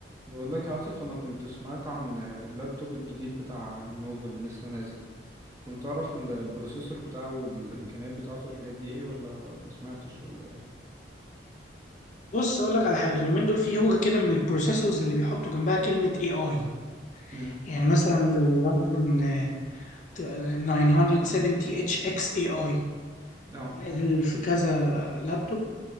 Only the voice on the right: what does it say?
بقول لك يا عاطف انا كنت سمعت عن اللابتوب الجديد بتاع لينوفو اللي لسه نازل كنت اعرف ال- البروسيسور بتاعه والامكانيات بتاعته والحاجات دي ايه ولا ما سمعتش ولا ايه
امم
اه